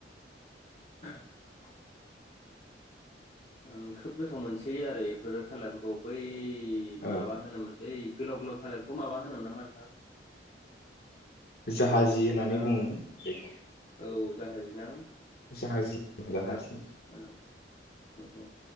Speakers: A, on the left; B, on the left.
A: <inaudible> आं खोब गोथाव मोनसै आरो इफोर थालिरखौ बै
B: औ
A: माबा होनोमोन दै गोलाव गोलाव थालिरखौ माबा होनोमोन नामा नोंथां
B: जाहाजि
A: गोलाव गोलाव थालिरा
B: होननानै बुङोमोन बेखौ
A: औ जाहाजि ना
B: जाहाजि जाहाजि
A: दा औ औ